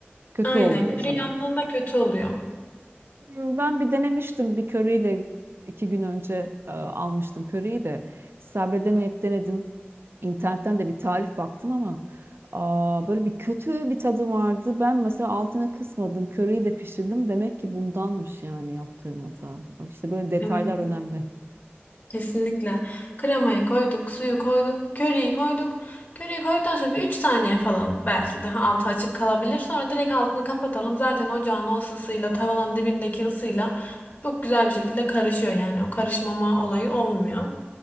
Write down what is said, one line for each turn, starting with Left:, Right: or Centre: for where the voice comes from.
Right: Kötü
Left: Aynen.
Right: oluyor
Left: Köri
Right: o zaman.
Left: yandığında kötü oluyor.
Right: Hmm, Ben bir denemiştim bir köriyle iki gün önce e, almıştım köriyi de sabredemeyip denedim. İnternetten de bir tarif baktım ama aa, böyle bir kötü bir tadı vardı. Ben mesela altına kısmadım. Köriyi de pişirdim. Demek ki bundanmış yani yaptığım hata. Bak işte böyle detaylar
Left: Evet.
Right: önemli.
Left: Kesinlikle. Kremayı koyduk, suyu koyduk, köriyi koyduk. Köriyi koyduktan sonra bir 3 saniye falan belki daha altı açık kalabilir. Sonra direkt altını kapatalım. Zaten ocağın o ısısıyla, tavanın dibindeki ısıyla çok güzel bir şekilde karışıyor yani. O karışmama olayı olmuyor.